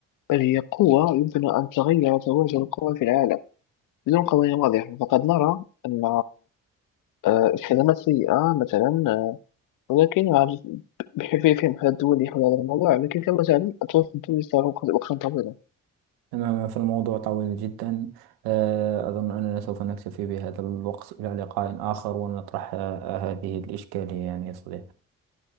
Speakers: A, on the left; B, on the right.
A: بل هي قوة يمكن أن تغير توازن القوى في العالم بدون قوانين واضحة فقد نرى أن آه، الخدمات سيئة مثلا آه، ولكن عجز- بحيث في محل دولي حول هذا الموضوع لكن كما تعلم التوافق الدولي صار وقت- وقتا طويلا
B: تماما فالموضوع طويل جدا آه، أظن أننا سوف نكتفي بهذا الوقت إلى لقاء آخر ونطرح آه، هذه الإشكالية يعني يا صديقي